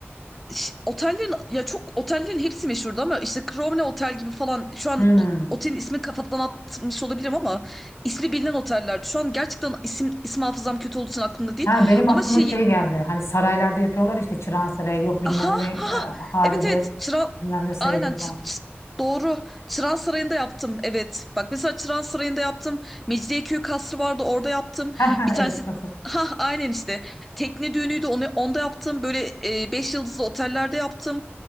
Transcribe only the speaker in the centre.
Ş- Otellerin ya çok otellerin hepsi meşhurdu ama işte Crowne Otel gibi falan şu an
o- otelin ismini kafadan atmış olabilirim ama ismi bilinen otellerdi. Şu an gerçekten isim isim hafızam kötü olduğu için aklımda değil.
Ama şeyi
Ha ha.
ha.
Evet evet. Çıran
aynen çı-
çı-
doğru. Çıran Sarayı'nda yaptım. Evet. Bak mesela Çıran Sarayı'nda yaptım. Mecidiyeköy Kasrı vardı. Orada yaptım.
Bir
tanesi
ha aynen işte. Tekne düğünüydü. Onu onda yaptım. Böyle e, beş yıldızlı otellerde yaptım.